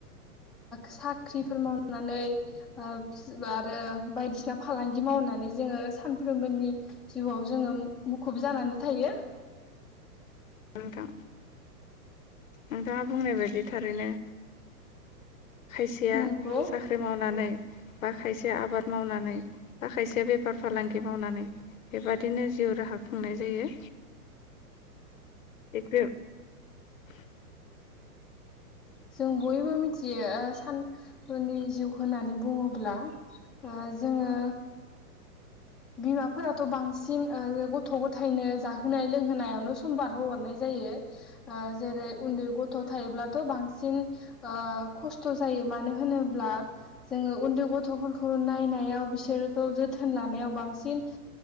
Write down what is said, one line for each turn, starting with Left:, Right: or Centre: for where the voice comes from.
Centre: साख्रिफोर मावनानै आरो बायदिसिना फालांगि मावनानै जोङो सानफ्रोमबोनि जिउआव जोङो मुखुब जानानै थायो
Left: नोंथां नोंथाङा बुंनाय बायदि थारैनो खायसेया
Centre: नंगौ
Left: साख्रि मावनानै बा खायसे आबाद मावनानै बा खायसे बेफार फालांगि मावनानै बेबादिनो जिउ राहा खुंनाय जायो <unintelligible>
Centre: जों बयबो मिथियो साननि जिउखौ होननानै बुङोब्ला जोङो बिमाफोराथ' बांसिन गथ' गथायनो जाहोनाय लोंहोनायावनो सम बार होहरनाय जायो जेरै उन्दै गथ' थायोब्लाथ' बांसिन खस्थ' जायो मानो होनोब्ला जोङो उन्दै गथ'फोरखौ नायनायाव बिसोरखौ जोथोन लानायाव बांसिन